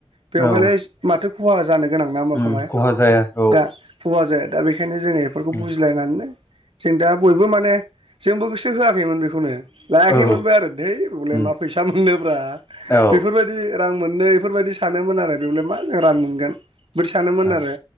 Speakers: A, on the right; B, on the left.
A: बेवहायलाय
B: औ
A: माथो खहा जानो गोनां नंया होनबा
B: उम
A: फंबाय
B: खहा जाया औ
A: दा दा बेखायनो जोङो बेफोरखौ
B: उम
A: बुजलायनानैनो जों दा बयबो माने जोंबो गोसो होआखैमोन बेखौनो। लायाखैमोनबो
B: औ
A: आरो दै बेबा
B: उम
A: फैसा मोनोब्रा
B: औ
A: बेफोरबायदि रां मोननै बेफोरबायदि सानोमोन आरो बेवलाय मा जों रां मोनगोन सानोमोन
B: औ
A: आरो